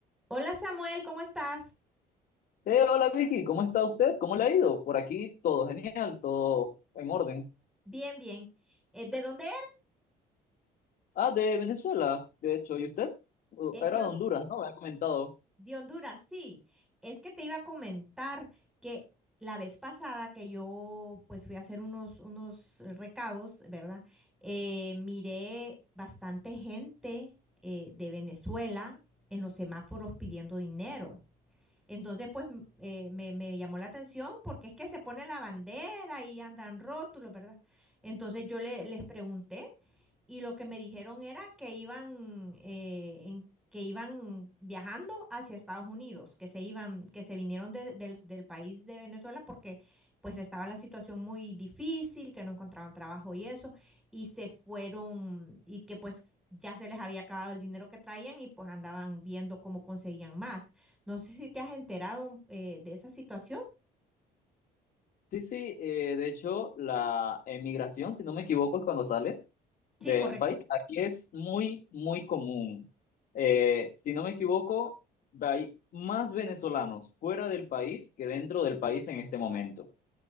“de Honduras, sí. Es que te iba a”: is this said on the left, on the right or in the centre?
Centre